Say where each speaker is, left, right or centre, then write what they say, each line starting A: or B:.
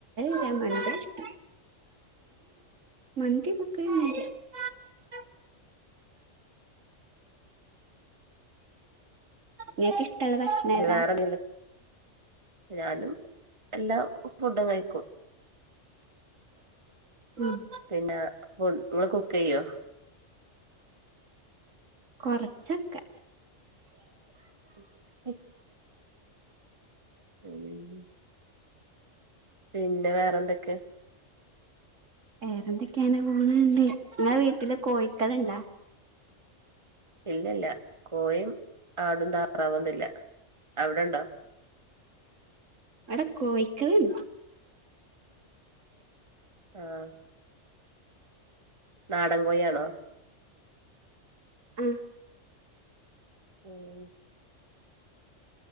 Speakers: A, on the right (about 80°); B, on the right (about 25°).
A: <unintelligible> ഏ മന്തി പക്ക <unintelligible> ങ്ങക്കിഷ് കുട്ടള ഭക്ഷണ
B: ഇനി
A: ഏതാ
B: വേറെന്തെങ്കിലും ഞാനും എല്ലാ ഫുഡും കഴിക്കും
A: ഉം
B: പിന്നാ ഫുഡ്‌ ഇങ്ങെൾ കുക്കെയ്യോ?
A: കൊർച്ചൊക്കെ
B: <unintelligible> <inaudible> പിന്നെ വേറെ എന്തൊക്കെ?
A: വേറെന്തെക്കെണ് പോണ് ഇണ്ട് ഇങ്ങെളെ വീട്ടിൽ കോഴിക്കെൾ ഇണ്ടാ?
B: ഇല്ല ഇല്ല കോഴിം ആടും താറാവൊന്നും ഇല്ല അവ്ടെ ഇണ്ടോ?
A: അയുടെ കോഴിക്കെൾ ഇണ്ട്.
B: ആഹ് നാടൻ കോയാണോ
A: ആഹ്
B: ഉം